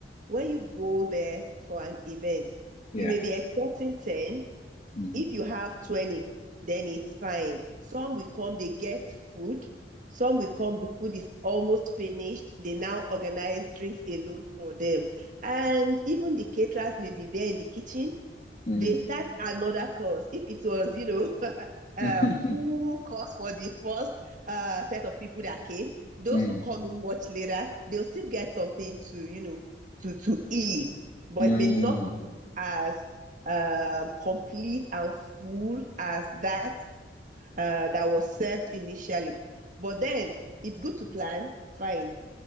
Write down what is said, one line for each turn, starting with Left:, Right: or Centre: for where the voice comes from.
Right: when you go there for an event,
Left: Yeah.
Right: you may be expecting 10,
Left: hmm
Right: if you have 20, then it's fine. Some will come, they get food. Some will come, the food is almost finished. They now organize drinks alone for them. And even the caterers may be there in the kitchen.
Left: hmm
Right: They start another course. If it was, you know, <laughs> a
Left: Mm,
Right: full course for the first uh, set of people that came, those
Left: <laughs> mm.
Right: who come in much later, they'll still get something to, you know, to, to eat. But
Left: mm.
Right: it may not as um, complete and full as that uh, that was served initially. But then it's good to plan, fine